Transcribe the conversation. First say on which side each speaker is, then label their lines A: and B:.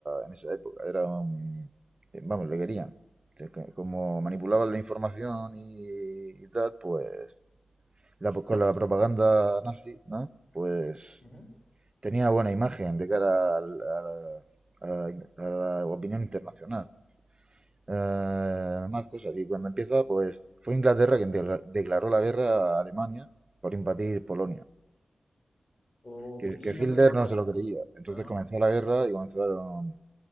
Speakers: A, on the right; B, on the left.
A: en esa época. Era un- eh, Vamos, le querían. Que- que- Como manipulaban la información y, y tal, pues la, con la propaganda nazi, ¿no? Pues
B: ujú.
A: tenía buena imagen de cara al- a la a- a la opinión internacional. eh, más cosas. Y cuando empieza, pues fue Inglaterra quien de- declaró la guerra a Alemania por invadir Polonia,
B: Ok,
A: que,
B: Y
A: que
B: una
A: Hitler
B: pregunta,
A: no se lo creía. Entonces
B: ajá,
A: comenzó la guerra y comenzaron...